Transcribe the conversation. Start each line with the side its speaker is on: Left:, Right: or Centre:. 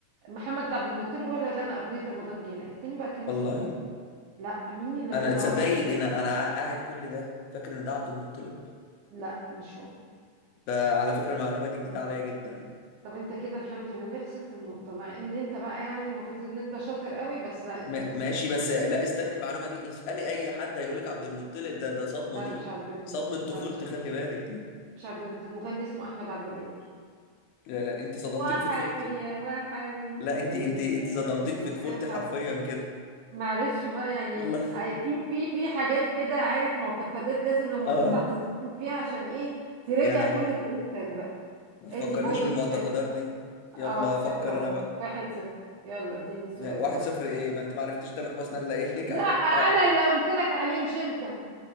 Right: محمد عبد المطلب هو اللي غنى اغنيه رمضان جانا التاني بقى كان
Left: والله
Right: اسمه ايه لا مين اللي
Left: انا
Right: غنى
Left: تصدقي
Right: واحد
Left: ان انا قاعد كل ده فاكر ان ده عبد المطلب
Right: لا مش هو
Left: ده على فكرة المعلومة دي جديدة عليا جدا
Right: طب انت كده الحمد لله خسرت النقطة مع ان انت بقى يعني المفروض ان انت شاطر قوي بس لا انت
Left: ما-
Right: اللي
Left: ماشي
Right: خسرت
Left: بس
Right: النقطة
Left: لا استني المعلومة دي اسألي اي حد هيقول لك عبد المطلب ده ده صدمة
Right: لا
Left: دي
Right: مش عبد المطلب
Left: صدمة
Right: لا
Left: طفولتي
Right: مش عبد
Left: خلي
Right: المطلب
Left: بالك دي
Right: مش عبد المطلب مغني اسمه احمد عبد القادر
Left: لا لا انت صدمتني
Right: وحاوي
Left: في طفولتي
Right: يا وحاوي
Left: لا انت
Right: ايه
Left: انت انت
Right: يا
Left: صدمتني في طفولتي
Right: ح-
Left: حرفيا كده
Right: معلش بقى يعني
Left: والله
Right: اي في في في حاجات كده عارف معتقدات لازم لما
Left: اه
Right: تطلع تتصفن فيها عشان ايه تراجع
Left: يا لهوي
Right: كل تاريخك بقى
Left: ما
Right: ادي
Left: تفكرنيش
Right: بوينت
Left: بالمعتقدات دي يلا
Right: اه صفر
Left: افكر
Right: اهو
Left: انا بقى
Right: واحد صفر يلا اديني السؤال
Left: ن- واحد
Right: بتاعك
Left: صفر ايه ما انت ما عرفتش تامر حسني اللي قايل لك
Right: لا
Left: عليه
Right: انا
Left: <laughs> اه
Right: اللي قلت لك عليه مش انت